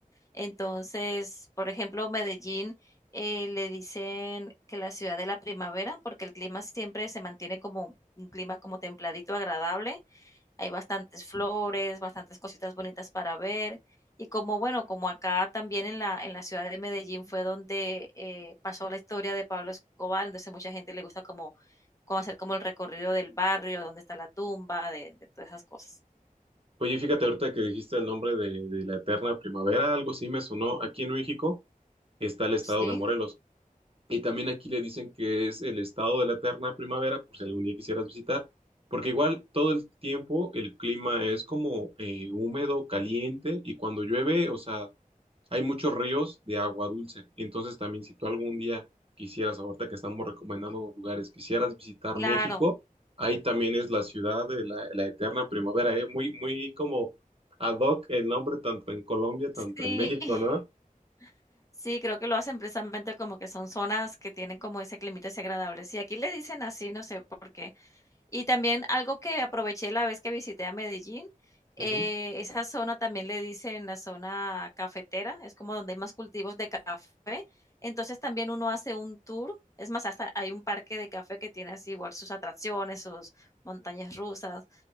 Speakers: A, on the left; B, on the right.
A: Entonces, por ejemplo, Medellín eh, le dicen que la ciudad de la primavera, porque el clima siempre se mantiene como un clima como templadito, agradable hay bastantes flores, bastantes cositas bonitas para ver. Y como, bueno, como acá también en la, en la ciudad de Medellín fue donde eh, pasó la historia de Pablo Escobar, entonces mucha gente le gusta como, como hacer como el recorrido del barrio, donde está la tumba, de, de todas esas cosas.
B: Oye, fíjate ahorita que dijiste el nombre de, de la eterna primavera, algo así me sonó. Aquí en México está el estado
A: Sí,
B: de Morelos y también aquí le dicen que es el estado de la eterna primavera, por si algún día quisieras visitar, porque igual todo el tiempo el clima es como eh, húmedo, caliente y cuando llueve, o sea, hay muchos ríos de agua dulce. Entonces también si tú algún día quisieras, ahorita que estamos recomendando lugares, quisieras visitar
A: claro,
B: México, ahí también es la ciudad de la, la eterna primavera, ¿eh? Muy, muy como ad hoc el nombre tanto en Colombia, tanto
A: sí,
B: en México,
A: <laughs>
B: ¿no?
A: sí, creo que lo hacen precisamente como que son zonas que tienen como ese climita ese agradable. Sí, aquí le dicen así, no sé por qué. Y también algo que aproveché la vez que visité a Medellín, eh,
B: Ujú.
A: esa zona también le dicen la zona cafetera, es como donde hay más cultivos de café. Entonces también uno hace un tour, es más, hasta hay un parque de café que tiene así igual sus atracciones, sus montañas rusas